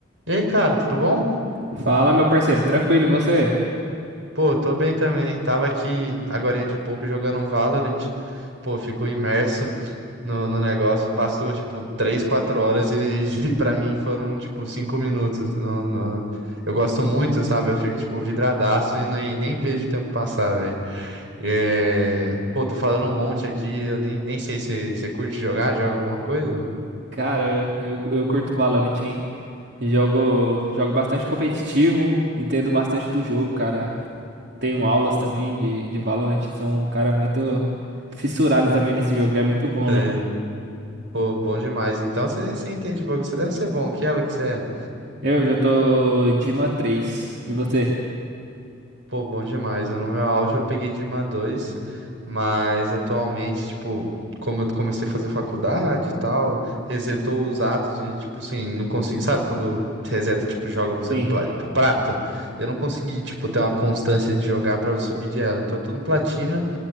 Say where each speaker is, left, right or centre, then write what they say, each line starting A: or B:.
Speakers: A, on the right (about 85°); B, on the right (about 65°).
A: E aí, cara, tudo bom?
B: Fala, meu parceiro, tranquilo, e você?
A: Pô, tô bem também. Tava aqui agorinha de pouco jogando um Valorant. Pô, fico imerso no, no negócio. Passou, tipo, 3, 4 horas e, <laughs> e pra mim foram, tipo, 5 minutos. No, no- Eu gosto muito, sabe? Eu fico, tipo, vidradaço e nem, nem vejo o tempo passar, velho. É... Pô, tô falando um monte aqui. Eu nem, nem sei se você curte jogar, joga alguma coisa?
B: Cara, eu, eu curto Valorant, hein? Jogo, jogo bastante competitivo, entendo bastante do jogo, cara. Tenho aulas também de, de Valorant, sou um cara muito fissurado também nesse jogo, é muito bom,
A: Sei.
B: né?
A: Pô, bom demais. Então você entende de bagulho. Você deve ser bom. Que elo que você é?
B: Eu já tô Dima 3 e você?
A: Pô, bom demais. Eu, no meu auge eu peguei Dima dois mas atualmente, tipo, como eu comecei a fazer faculdade e tal, resetou os atos e, tipo, assim, não consegui. Sabe quando reseta, tipo, joga você
B: Sim.
A: pla- pro prata? Eu não consegui, tipo, ter uma constância de jogar pra subir de ela. Então eu tô no platina.